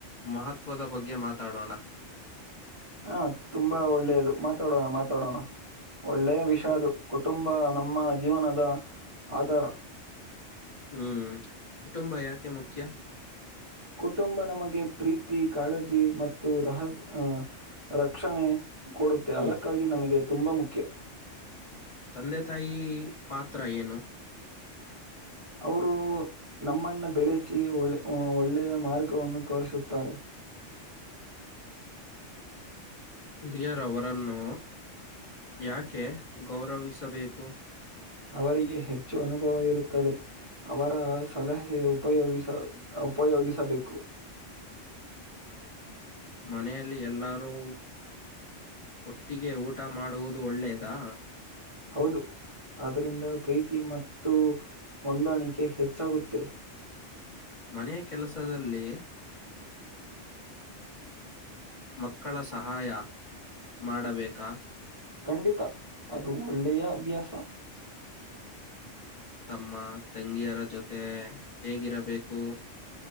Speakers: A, on the left; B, on the right.
A: ಮಹತ್ವದ ಬಗ್ಗೆ ಮಾತಾಡೋಣ
B: ಹಾ ತುಂಬಾ ಒಳ್ಳೆಯದು ಮಾತಾಡೋಣ ಮಾತಾಡೋಣ ಒಳ್ಳೆಯ ವಿಷಯ
A: ಕುಟ್
B: ಅದು ಕುಟುಂಬ ನಮ್ಮ ಜೀವನದ ಆಧಾರ
A: ಹ್ಮ್ ಕುಟುಂಬ ಯಾಕೆ ಮುಖ್ಯ
B: ಕುಟುಂಬ ನಮಗೆ ಪ್ರೀತಿ ಕಾಳಜಿ ಮತ್ತು ರಹಸ್ ಆ ರಕ್ಷಣೆ ಕೊಡುತ್ತೆ
A: ಹ್ಮ್
B: ಅದಕ್ಕಾಗಿ ನನಗೆ ತುಂಬಾ ಮುಖ್ಯ
A: ತಂದೆ ತಾಯಿ ಪಾತ್ರ ಏನು
B: ಅವರು ನಮ್ಮನ್ನ ಬೆಳೆಸಿ ಒಳ್ಳೆ ಒಳ್ಳೆಯ ಮಾರ್ಗವನ್ನು ತೋರಿಸುತ್ತಾರೆ
A: ಹಿರಿಯರವರನ್ನು ಯಾಕೆ ಗೌರವಿಸಬೇಕು
B: ಅವರಿಗೆ ಹೆಚ್ಚು ಅನುಭವ ಇರುತ್ತದೆ ಅವರ ಸಲಹೆ ಉಪಯೋಗಿಸ ಉಪಯೋಗಿಸಬೇಕು
A: ಮನೆಯಲ್ಲಿ ಎಲ್ಲಾರೂ ಒಟ್ಟಿಗೆ ಊಟ ಮಾಡುವುದು ಒಳ್ಳೆಯದಾ
B: ಹೌದು ಆದ್ದರಿಂದ ಪ್ರೀತಿ ಮತ್ತು ಹೊಂದಾಣಿಕೆ ಹೆಚ್ಚಾಗುತ್ತೆ
A: ಮನೆಯ ಕೆಲಸದಲ್ಲಿ
B: <inaudible>
A: ಮಕ್ಕಳ ಸಹಾಯ ಮಾಡಬೇಕಾ
B: ಖಂಡಿತ ಅದು ಒಳ್ಳೆಯ ಅಭ್ಯಾಸ
A: ತಮ್ಮ ತಂಗಿಯರ ಜೊತೇ ಹೇಗಿರಬೇಕು